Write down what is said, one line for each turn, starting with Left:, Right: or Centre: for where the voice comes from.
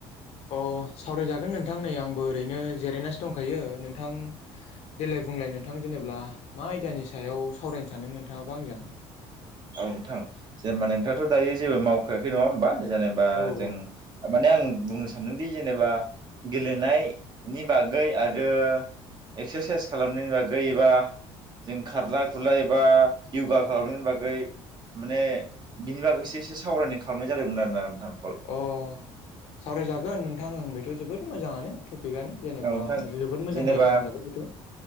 Left: अ सावरायजागोन नोंथां नै आंबो ओरैनो जिरायनासो दंखायो नोंथां देल बुंलाय नोंथां जेनेबा मा आयदानि सायाव सावरायनो सानदों नोंथाङाबा आंजों
Right: औ नोंथां जेनेबा नोंथाङाथ' दायो जेबो मावखायाखै नङा होमबा जेनेबा
Left: औ औ
Right: जों नो आं बुंनो सानदोंदि जेनेबा गेलेनायनि बागै आरो एक्सारसाइस खालामनो जेबा गैबा जों खारला खुरल एबा युगा खालामनायनि बागै बै माने बिनि बागैससे एसे सावरायनाय खालामनाय जादोंमोन आरोोना नोंथां कल
Left: अ सावरायजागोन नोंथां आं बेथ' जोबोद मोजाङानो थब टपिकआनो जेनेबा
Right: औ नोंथां
Left: जोबोद मोजां
Right: जेनेबा
Left: आयदा होनजाबाय बेथ